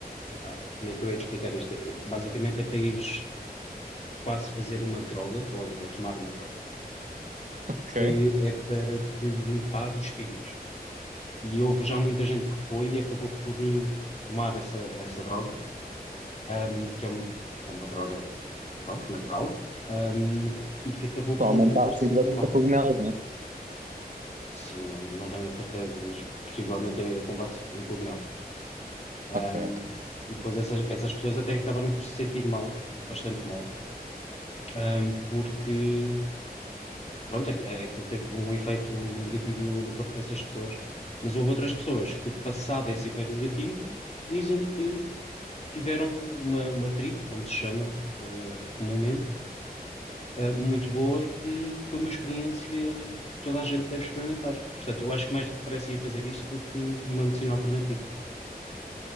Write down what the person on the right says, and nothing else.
Ok.
Para
aumentar
assim
os
cogumelos, né?
Ok, ok.